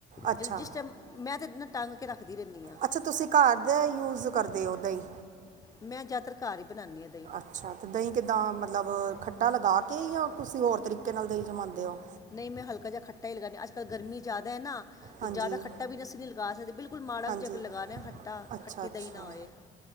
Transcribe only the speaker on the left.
ਜਦੋਂ ਜਿਸ ਟਾਈਮ ਮੈਂ ਤਾਂ ਨਾ ਟੰਗ ਕੇ ਰੱਖਦੀ ਰੈਨੀ ਆਂ।
ਮੈਂ ਜਾਦਾਤਰ ਘਰ ਈ ਬਨਾਨੀ ਆਂ ਦਈਂ।
ਨਈਂ ਮੈਂ ਹਲਕਾ ਜਾ ਖੱਟਾ ਈ ਲਗਾਨੀ ਆ, ਅੱਜ-ਕੱਲ ਗਰਮੀ ਜ਼ਾਅਦਾ ਐ ਨਾ। ਤੇ
ਜ਼ਾਅਦਾ ਖੱਟਾ ਵੀ ਨੀ ਅਸੀਂ ਨੀ ਲਗਾ ਸਕਦੇ ਬਿਲਕੁਲ ਮਾੜਾ
ਜਾ ਜਾਗ ਲਗਾਨਾ ਖੱਟਾ,
ਖੱਟੀ
ਦਈਂ ਨਾ ਹੋਏ।